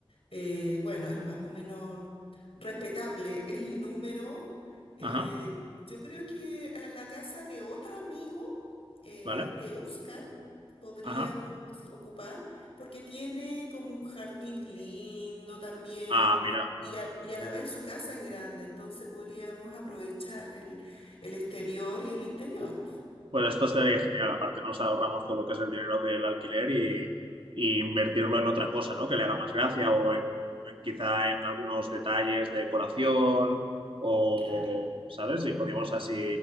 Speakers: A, on the left (about 80°); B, on the right (about 65°).
A: eh, bueno, es más o menos respetable el número. Eh,
B: Ajá.
A: yo creo que a la casa de otro amigo, eh,
B: Vale.
A: de Oscar, podríamos
B: Ajá.
A: ocupar, porque tiene como un jardín lindo también.
B: Ah, mira.
A: Y a, y a la vez su casa es grande, entonces podríamos aprovechar el, el exterior y el interior.
B: Pues esto sería genial. Aparte nos ahorramos todo lo que es el dinero del alquiler y, y invertirlo en otra cosa, ¿no? Que le haga más gracia o en, en quizá en algunos detalles de decoración o,
A: Claro.
B: ¿sabes? Y podríamos así